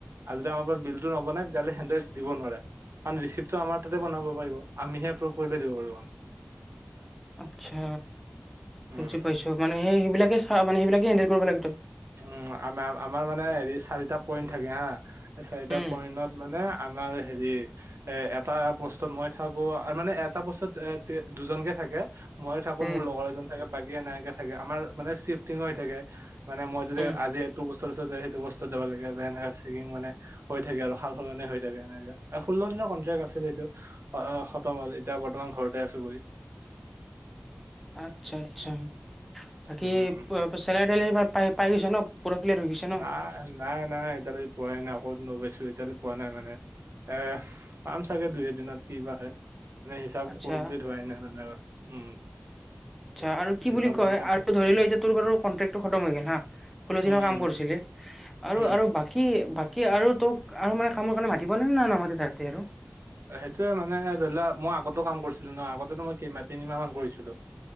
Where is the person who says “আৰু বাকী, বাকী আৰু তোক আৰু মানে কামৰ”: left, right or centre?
Centre